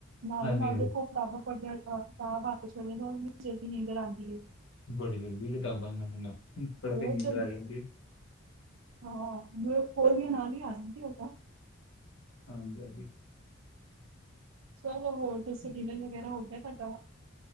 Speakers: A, on the right; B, on the left.
A: ਨਾਲੋਂ-ਨਾਲ
B: ਹਾਂਜੀ, ਹਾਂਜੀ
A: ਦੇਖੋ ਕਿਤਾਬਾਂ ਪੜਦਿਆਂ ਕਿਤਾਬ ਹਾਥ'ਚ ਫੜੀਆਂ ਹੋਨ ਕਿੰਨੀ ਛੇਤੀ ਨੀਂਦਰ ਆਂਦੀ ਏ।
B: ਬੜੀ ਜਲਦੀ ਕਿਤਾਬਾਂ ਨਾਲ, <unintelligible> ਪੜ੍ਹਦੇਆ
A: ਬਹੁਤ
B: ਈ ਨੀਂਦਰ
A: ਜਲਦੀ
B: ਆ ਜਾਂਦੀ ਏ।
A: ਹਾਂ, ਖੋਲਦੇਆ ਨਾਲ ਈ ਆ ਜਾਂਦੀ ਓਦਾ।
B: ਹਾਂਜੀ-ਹਾਂਜੀ।
A: ਚਲੋ ਹੋਰ ਦਸੋ
B: ਹਾਂਜੀ
A: ਡਿਨਰ ਵਗੈਰਾ ਹੋ ਗਿਆ ਤੁਆਡਾ।